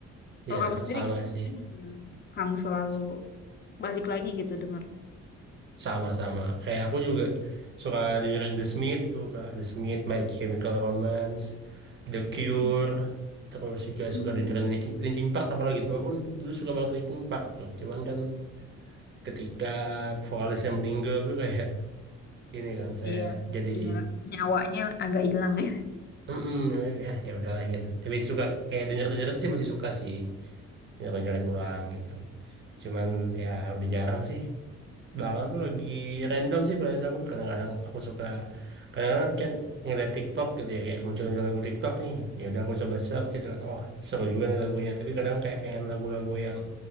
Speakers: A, on the left (about 35°); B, on the right (about 40°).
A: Kalau
B: Iya,
A: kamu sendiri
B: sama
A: gimana?
B: sih.
A: Ada nggak yang kamu selalu
B: S-
A: balik lagi gitu denger?
B: Sama-sama. Kayak aku juga suka dengerin The Smith tuh, Kak. The Smith, My Chemical Romance, The Cure.
A: Hmm,
B: Terus juga
A: hmm,
B: suka dengerin
A: hmm,
B: Linkin Linkin Park apalagi tuh. Aku dulu suka banget Linkin Park tuh. Cuman kan ketika vokalisnya meninggal tuh kayak ini kan saya
A: Iya,
B: jadi
A: Iya, nyawanya agak hilang <laughs>
B: mm ya ya udahlah gitu tapi suka kayak denger dengerin sih masih suka sih dengerin dengerin ulang gitu cuman ya udah jarang sih belakangan tuh lagi random sih playlist aku kadang-kadang aku suka kadang-kadang kan ngeliat TikTok gitu ya kayak muncul-muncul lagu TikTok nih ya udah aku coba search gitu kan oh seru juga nih lagunya tapi kadang kayak pengen lagu-lagu yang